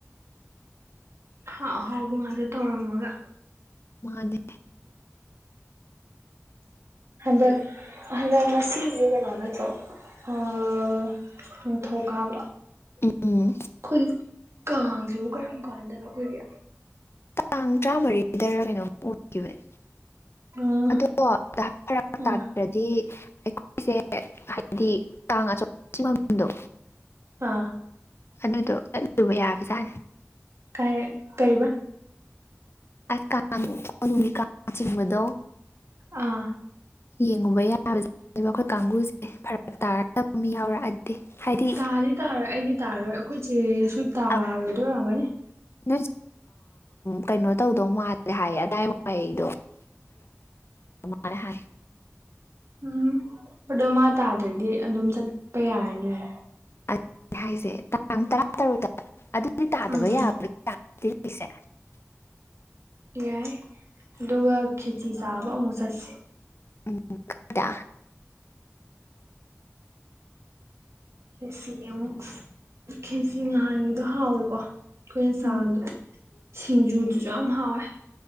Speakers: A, on the right; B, on the left.
A: ꯑꯍꯥꯎ ꯑꯍꯥꯎꯕ ꯉꯥꯛꯇ ꯇꯧꯔꯝꯃꯥꯒ
B: ꯃꯥꯅꯦ
A: ꯍꯟꯗꯛ ꯍꯟꯗꯛ ꯉꯁꯤꯁꯦ ꯀꯩꯅꯣ ꯅꯠꯇ꯭ꯔꯣ ꯑꯥ ꯊꯧꯒꯥꯝ
B: ꯎꯝ ꯎꯝ
A: ꯈꯨꯜ ꯀꯥꯡꯁꯤꯕꯨ ꯀꯔꯝ ꯀꯥꯟꯗꯅꯣ ꯑꯈꯣꯏꯒꯤ
B: ꯇꯥꯡ ꯇꯔꯥꯃꯔꯤꯗꯥꯔ ꯀꯩꯅꯣꯝ ꯑꯣꯒꯤꯕꯅꯤ
A: ꯎꯝ
B: ꯑꯗꯣ ꯐꯥꯔꯛ ꯇꯥꯗ꯭ꯔꯗꯤ
A: ꯑꯥ
B: ꯑꯈꯣꯏꯁꯦ ꯍꯥꯏꯗꯤ ꯀꯥꯡ ꯑꯁꯣꯝ ꯆꯤꯡꯗꯨ
A: ꯑꯥ
B: ꯑꯗꯨꯗꯣ ꯆꯜꯂꯨꯕ ꯌꯥꯕꯖꯥꯠꯅꯤ
A: ꯀꯩ ꯀꯩꯕ
B: ꯀꯥꯡ ꯀꯣꯅꯨꯡꯒꯤ ꯀꯥꯡ ꯆꯤꯡꯕꯗꯣ
A: ꯑꯥ
B: ꯌꯦꯡꯉꯨꯕ ꯌꯥꯕꯁ ꯖꯥꯠꯅꯤ ꯑꯩꯈꯣꯏ ꯀꯥꯡꯕꯨꯁꯦ ꯐꯥꯔꯛ ꯇꯥꯕ ꯃꯤ ꯌꯥꯎꯔꯛꯑꯗꯤ ꯍꯥꯏꯗꯤ
A: ꯇꯥꯗꯤ ꯇꯥꯔꯣꯏ ꯑꯩꯗꯤ ꯇꯥꯔꯔꯣꯏ ꯑꯈꯣꯏ ꯆꯦꯁꯨ ꯇꯥꯔꯣꯏꯗꯣꯏ
B: ꯑ
A: ꯑꯣꯏꯔꯝꯅꯤ
B: ꯅꯣꯏ ꯀꯩꯅꯣ ꯇꯧꯗꯧ ꯃꯥꯜꯂꯦ ꯍꯥꯏꯌꯦ ꯑꯗꯥꯏ ꯋꯥꯏꯗꯣ ꯃꯥꯜꯂꯦ ꯍꯥꯏ
A: ꯑꯝ ꯑꯗꯣ ꯃꯥ ꯇꯥꯗ꯭ꯔꯗꯤ ꯑꯗꯨꯝ ꯆꯠꯄꯥ ꯌꯥꯔꯅꯤꯅꯦ
B: ꯑꯗꯨꯅꯦ ꯍꯥꯏꯁꯦ ꯇꯥꯡ ꯇꯔꯥꯇꯔꯨꯛꯇꯥ ꯑꯗꯨꯗꯤ ꯇꯥꯗꯕ
A: ꯎꯝ
B: ꯌꯥꯕ꯭ꯔꯥ ꯍꯥꯏꯅꯦ ꯆꯠꯂꯨꯁꯦ
A: ꯌꯥꯏ ꯑꯗꯨꯒ ꯈꯦꯆ꯭ꯔꯤ ꯆꯥꯕ ꯑꯃꯨꯛ ꯆꯠꯁꯦ
B: ꯑꯝ ꯗꯥ
A: ꯈꯦꯁꯤ ꯑꯃꯨꯛ ꯈꯦꯁꯤ ꯉꯍꯥꯟꯒꯤꯗꯣ ꯍꯥꯎꯋꯦꯀꯣ ꯑꯩꯈꯣꯏꯅ ꯁꯥꯜꯗꯣ
B: ꯎꯝ
A: ꯁꯤꯡꯖꯨꯗꯨꯁꯨ ꯌꯥꯝ ꯍꯥꯎꯋꯦ